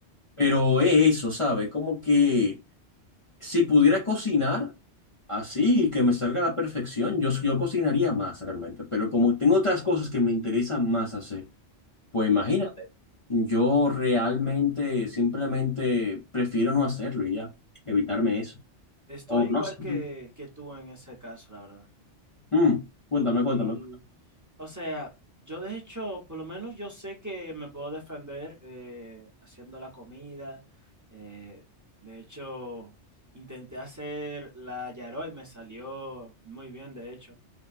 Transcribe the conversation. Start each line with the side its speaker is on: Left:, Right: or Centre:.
Left: Pero es eso, ¿sabes? Como que si pudiera cocinar así, que me salga a la perfección, yo, yo cocinaría más realmente. Pero como tengo otras cosas que me interesan más hacer, pues imagínate,
Right: ujú,
Left: yo realmente simplemente prefiero no hacerlo y ya, evitarme
Right: ujú.
Left: eso.
Right: Estoy
Left: O
Right: igual
Left: no sé
Right: que,
Left: tú.
Right: que tú en ese caso, la verdad.
Left: Mm, cuéntame,
Right: Sí,
Left: cuéntame.
Right: O sea, yo de hecho, por lo menos yo sé que me puedo defender eh, haciendo la comida. eh, de hecho, intenté hacer la yaró y me salió muy bien, de hecho.